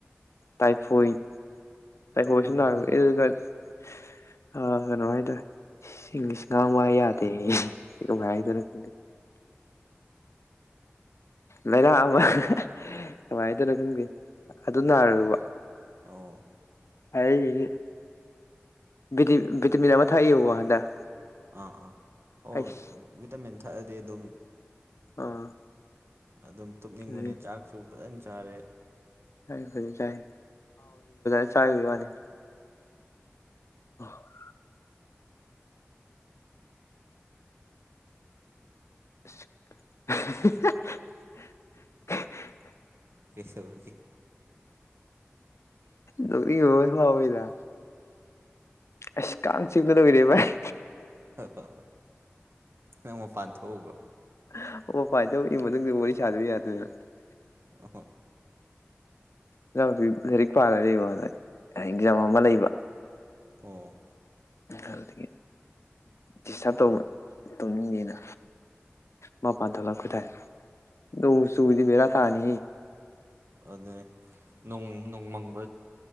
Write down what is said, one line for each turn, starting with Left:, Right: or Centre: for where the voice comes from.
Left: ꯇꯥꯏꯐꯣꯏꯠ <unintelligible>
Right: ꯑꯣ
Left: ꯑ ꯀꯩꯅꯣ ꯍꯥꯏꯗꯣꯔꯦ ꯏꯪꯂꯤꯁ ꯉꯥꯡꯕ ꯌꯥꯗꯦ <unintelligible> ꯂꯩꯅꯥ ꯑꯃ ꯀꯃꯥꯏꯗꯣꯏꯅꯣ ꯈꯪꯗꯦ ꯑꯗꯨ ꯅꯥꯔꯨꯕ
Right: ꯑꯧ
Left: <unintelligible> ꯕꯤꯗꯤ ꯕꯤꯇꯃꯤꯟ ꯑꯃ ꯊꯥꯛꯏꯀꯣ ꯍꯟꯗꯛ
Right: ꯑꯥ ꯑꯥ ꯑꯣ
Left: ꯑꯩꯁ
Right: ꯚꯤꯇꯥꯃꯤꯟ ꯊꯛꯑꯗꯤ ꯑꯗꯨꯝ
Left: ꯑꯥ
Right: ꯑꯗꯨꯝ ꯇꯨꯞꯅꯤꯡꯕꯅꯦ
Left: ꯎꯝ
Right: ꯆꯥꯛꯁꯨ ꯐꯖꯅ ꯆꯥꯔꯦ
Left: ꯆꯥꯏ ꯐꯖꯟ ꯆꯥꯢ <unintelligible> ꯆꯥꯒꯤꯕꯩ ꯋꯥꯅꯤ <inaudible> <unintelligible>
Right: ꯀꯩꯁꯧꯔꯒꯦ
Left: ꯅꯨꯛꯅꯤꯡꯕ ꯐꯥꯎꯋꯤꯗ ꯑꯦꯁ ꯀꯥꯡ ꯆꯤꯛꯄꯗ ꯂꯣꯢꯔꯦ ꯚꯥꯏ
Right: ꯑꯣ ꯅꯪ ꯃꯄꯥꯟ ꯊꯣꯛꯎꯕ꯭ꯔꯣ
Left: <unintelligible>
Right: ꯑꯣꯍꯣ
Left: ꯢꯅꯥꯎꯖꯨ ꯂꯥꯢꯔꯤꯛ ꯄꯥꯅꯔꯤ ꯑꯦꯛꯖꯥꯝ ꯑꯃ ꯂꯩꯕ
Right: ꯑꯣ
Left: ꯑꯗꯨꯗꯒꯤ ꯗꯤꯁꯇꯔꯕ ꯇꯧꯕ ꯇꯧꯅꯤꯡꯗꯦꯅ ꯃꯥꯄꯥꯟ ꯊꯣꯛꯂꯛꯄꯇꯥꯏ ꯅꯣꯡꯆꯨꯔꯗꯤ ꯕꯦꯔꯥ ꯇꯥꯅꯤ
Right: ꯑꯗꯨꯅꯦ ꯅꯣꯡ ꯅꯣꯡ ꯃꯪ